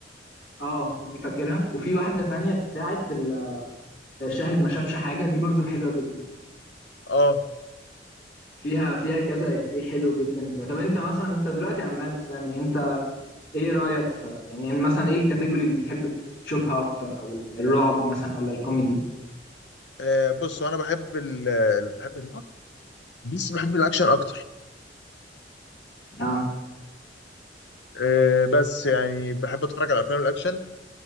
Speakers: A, on the left; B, on the left.
A: اه دي فاكرها وفي واحده تانية بتاعت ال- شاهد ما شافش حاجه دي برضو حلوه جدا
B: اه
A: فيها فيها كذا في حلو جدا وبتاع. طب انت مثلا انت دلوقتي عمال تسالني انت ايه رايك في يعني مثلا ايه الكاتيجوري اللي بتحب تشوفها اكتر او الرعب مثلا ولا الكوميدي
B: آه، بص انا بحب ال ال- بحب ال- بس بحب الاكشن اكتر
A: اه
B: آه، بس يعني بحب اتفرج على افلام الاكشن